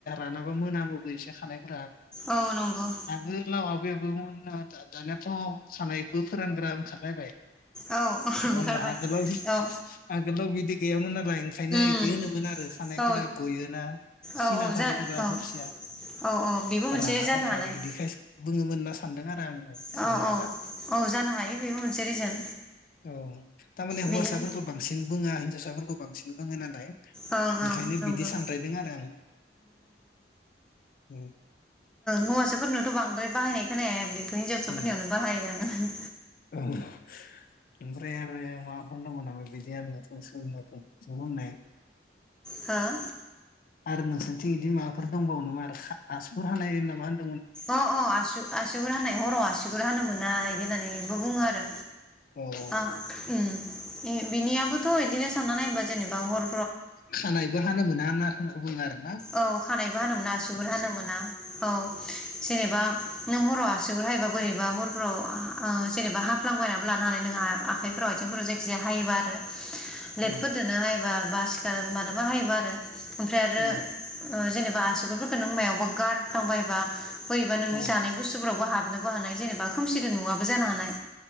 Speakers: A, on the left (about 50°); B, in the centre.
A: रानाबा मोनामोबो एसे खानायफोरा।
B: औ नंगौ
A: आगोलाव आबै। दानियााथ' खानायबो फोरानग्रा ओंखारलायबाय।
B: औ
A: नङा
B: ओंखारबाय
A: होमबा आगोलाव
B: औ
A: आगोलाव बिदि गैयामोन नालाय ओंखायनो
B: उम
A: बिदि होनोमोन आरो खानायफोरा
B: औ
A: गयोना
B: औ
A: सिना।
B: औ
A: थाबाय
B: जा
A: थाबा
B: औ
A: हरसेया
B: औ औ बेबो मोनसे
A: रानाबाथाय
B: जानो हानाय
A: बिदिखाय बुङोमोन न <unintelligible> सानदों आरो आं।
B: औ
A: साननाया
B: औ
A: दा
B: औ जानो हायो बेबो मोनसे रिजोन
A: औ थारमाने हौवासाफोरखौ
B: बिदिनो
A: बांसिन बुङा। जोसाफोरखौ बांसिन बुङो नालाय।
B: ओं
A: ओंखायनो
B: ओं नंगौ
A: बिदि सानद्रायदों आरो आं उम,
B: हौवासाफोरनोथ' बांद्राय। बाहायनाय खोनाया। हिन्जावसाफोरनियावनो
A: औ
B: बाहायो आं।
A: औ <unintelligible> ओमफ्राय आरो माफोर नांग नामा बिदि आरो नथ सोर होननाय <unintelligible>
B: हो
A: आरो नोंसोरनिथिं बिदि माबाफोर दंबावो नामा आरो आसु जयरययय हानाय नामा होन
B: अ अ आसु आसुगुर हानाय हराव आसुगुर हानो मोना इदि होननानै। ब बुङो आरो
A: औ
B: आ उं। बिनियाबोथ' इदिनो साननानै नायबा जेनेबा हर।
A: खानायबो हानो मोना नाखौ बुंङो आरो ना।
B: औ खानायबो हानो मोना आगुर हानो मोना औ जेनेबा नों हर'आव। आसुगुर हायोबा बोरैबा हरफोराव जेनबा हाफ्लांबायनाबो लानो हानाय नोंङो आखाइफोराव आथिंफोराव जायखि जाया हायोबा आरो ब्लेटफोर
A: औ
B: दोनो हायोबा बास। मान <unintelligible> मोनोबा हायोबा आरो ओमफ्राय आरो
A: औ
B: ओ जेनेबा आसुगुरफोरखौ नों मायाव। बगारत बाय <unintelligible> बा बोरैबा नोंनि
A: औ
B: जानाय बुुस्थुफोरावबो हाबनो। बो हानाय जेनेबा खोमसिदो नुआबो जानो हानाय।